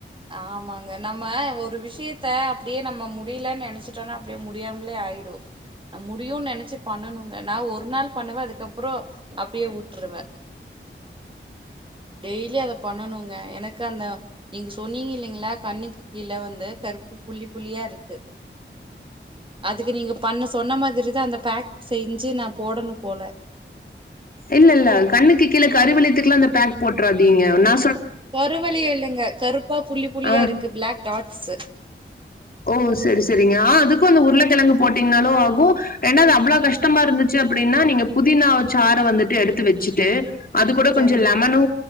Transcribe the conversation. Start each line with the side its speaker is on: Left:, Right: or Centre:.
Right: ஆமாங்க நம்ம ஒரு விஷ்யத்த அப்டியே நம்ம முடியலன்னு நெனச்சுட்டோனா அப்டியே முடியாம்லே ஆய்டு நம் முடியு நெனச்சு பண்ணணுங்க நா ஒரு நாள் பண்ணுவே அதுக்கப்பறோ அப்டியே வுட்டுருவே டெய்லி அத பண்ணணுங்க எனக்கு அந்த நீங்க சொன்னீங்கில்லைங்ளா கண்ணுக் கீழ வந்து கருப்பு புள்ளி புள்ளியாருக்கு அதுக்கு நீங்க பண்ண சொன்ன மாதிரிதா அந்த பேக் செய்ஞ்சு நா போடணு போல
Left: இல்லல்ல கண்ணுக்கு கீழ கருவிளித்துக்லா அந்த பேக் போட்றாதீங்க நா
Right: கருவெளியோ இல்லங்க கருப்பா புள்ளி புள்ளியாருக்கு
Left: ஆ
Right: பிளாக் டாட்ஸு
Left: ஓ செரி செரிங்க ஆ அதுக்கு அந்த உருளகெழங்கு போட்டீங்னாலு ஆகு ரெண்டாவது அவ்ளோ கஷ்டமாருந்துச்சு அப்புடினா நீங்க புதினா சாறு வந்துட்டு எடுத்து வச்சிட்டு அது கூட
Right: சரிங்க.
Left: கொஞ்சோ லெமனு